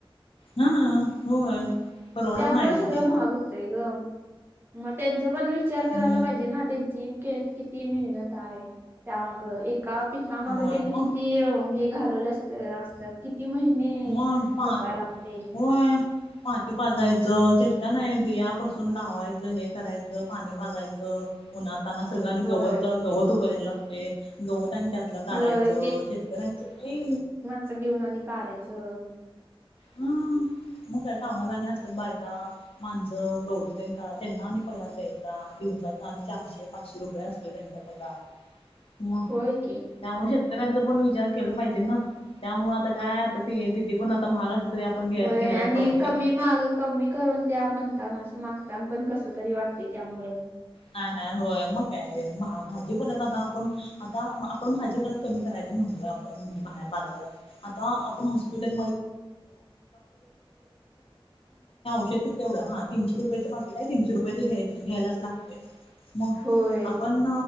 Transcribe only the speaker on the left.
हा होय परवडत
नाही
ग ते.
हम्म
होय,
मग
मग पाच
होय पाणी पाजायचं चेष्टा नाही बियापसून लावायचं हे करायचं पाणी पाजायचं उन्हाताना सगळ्यांनी
गवत गवत उगलेलं असंतय गवत आणि त्यातलं काढायचं
शेतकऱ्यांचं काही
हां. मग काय का आम्हाला आणि असतात बायका- माणसं गवत त्यां काल त्यांना आणि पगार द्यायचा दिवचाचा आणि चारशे पाचशे रुपये असं तो त्यांचा पगार मग
त्यामुळे शेतकऱ्यांचा पण विचार केला पाहिजे ना त्यामुळे आता काय आता त किती पण आता महाग असलं तरी आपण घ्या
घ्यायलाच
पाहिजे.
नाही नाही होय मग काय भाजी बोलत आता आपण आता आपण भाजी परत कमी करायच म्हणतोय आपण म्हणजे बाहेर बाजारात आता आपण हॉस्पिटल ते खूप तेवढं हा तीनशे रुपयेचं पाकीट आहे, तीनशे रुपयेचं घ्यायलाच लागतय. मग
आपण